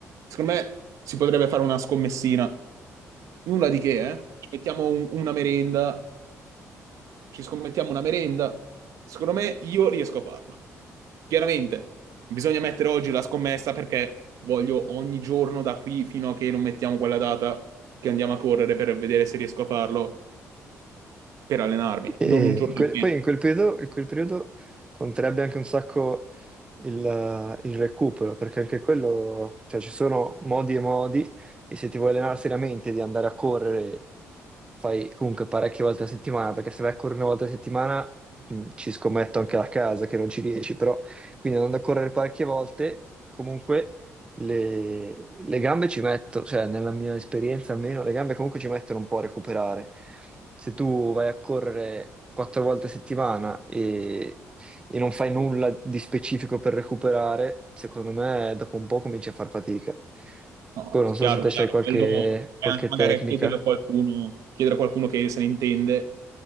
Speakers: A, on the right; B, on the right.
A: secondo me si potrebbe fare una scommessina. Nulla di che, eh? Ci mettiamo un- una merenda, ci scommettiamo una merenda. Secondo me io riesco a farlo. Chiaramente, bisogna mettere oggi la scommessa perché voglio ogni giorno da qui fino a che non mettiamo quella data che andiamo a correre per vedere se riesco a farlo per allenarmi.
B: E
A: Non un giorno,
B: in quel- poi in quel periodo, in quel periodo conterebbe anche un sacco il, eh, il recupero, perché anche quello, cioè ci sono modi e modi, e se ti vuoi allenare seriamente di andare a correre, fai comunque parecchie volte a settimana, perché se vai a correre una volta a settimana, mh, ci scommetto anche la casa che non ci riesci, però quindi andando a correre parecchie volte, comunque le, le gambe ci mettono, cioè nella mia esperienza almeno, le gambe comunque ci mettono un po' a recuperare. Se tu vai a correre quattro volte a settimana e e non fai nulla di specifico per recuperare, secondo me dopo un po' cominci a far fatica.
A: no,
B: Poi non so
A: chiaro,
B: se te
A: chiaro.
B: c'hai qualche,
A: Quello è
B: qualche
A: anche magari
B: tecnica.
A: chiedere a qualcuno, chiedere a qualcuno che se ne intende.